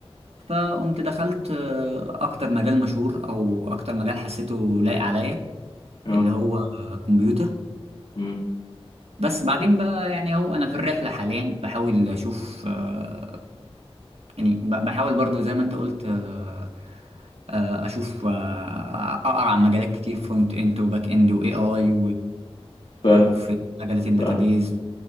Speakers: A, on the right (about 75°); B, on the left (about 70°).
A: فقمت دخلت آه، اكتر مجال مشهور او اكتر مجال حسيته لايق عليا
B: اه
A: اللي هو آه، كمبيوتر
B: امم
A: بس بعدين بقى يعني اهو انا في الرحله حاليا بحاول اشوف آه، يعني ب- بحاول برضو زي ما انت قلت آه، آه، اشوف آه، اقرا عن مجالات كتير فرونت اند وباك اند واي اي
B: فاهم
A: وفي مجالات الداتابيز
B: فاهم